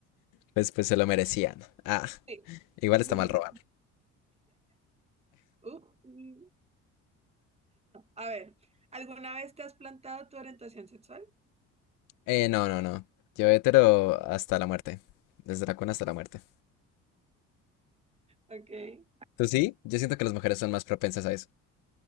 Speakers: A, on the left (about 85°); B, on the right (about 20°).
A: pues, pues se lo merecían. Ah,
B: Sí,
A: igual está
B: lujitos.
A: mal robar.
B: Uf. sí. A ver, ¿alguna vez te has plantado tu orientación sexual?
A: Eh, no, no, no. Yo hetero hasta la muerte. Desde la cuna hasta la muerte.
B: Okay.
A: ¿Tú sí? Yo siento que las mujeres son más propensas a eso.